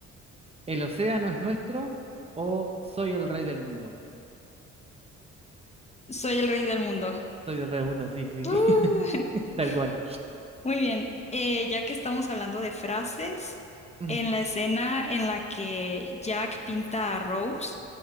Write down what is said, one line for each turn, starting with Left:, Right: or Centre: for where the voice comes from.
Right: el océano es nuestro o soy el rey del mundo.
Left: Soy el rey del mundo.
Right: Soy el rey del mundo, sí, sí,
Left: ¡Uh!
Right: <laughs> tal cual.
Left: <laughs> Muy bien, eh, ya que estamos hablando de frases,
Right: Ujú.
Left: en la escena en la que Jack pinta a Rose,